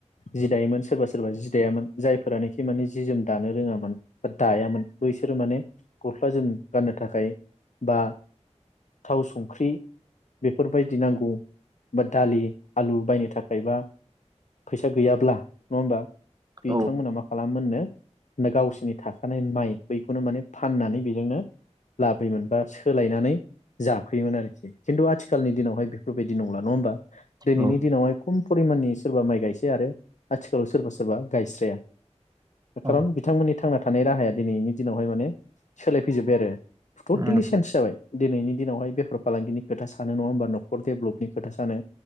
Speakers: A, on the left; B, on the right.
A: जि दायोमोन सोरबा सोरबा जि दायामोन जायफोरानाखि माने जि जोम दानो रोङामोन बा दायामोन बैसोरो माने गस्ला जोम गाननो थाखाय बा थाव संख्रि बेफोरबायदि नांगौ बा दालि आलु बायनो थाखाय बा फैसा गैयाब्ला नङा होमबा बिथांमोना
B: औ
A: मा खालामोमोननो गावसोरनि थाखानाय माइ बैखौनो माने फाननानै बेजोंनो लाबोयोमोन बा सोलायनानै जाफैयोमोन आरखि खिन्थु आथिखालनि दिनावहाय बेफोरबायदि नंला नङा होमबा? दिनैनि
B: औ
A: दिनावहाय खम फरिमाननि सोरबा माइ गायसै आरो आथिखालाव सोरबा सोरबा गायस्राया खार'न
B: उम
A: बिथांमोननि थांना थानाय राहाया दिनैनि दिनावहाय माने सोलायफैजोबबाय आरो। टटेलि
B: उम उम
A: सेन्स जाबाय। दिनैनि दिनावहाय बेफार फालांगिनि खोथा सानो नङा होमबा नखर देभेलपनि खोथा सानो।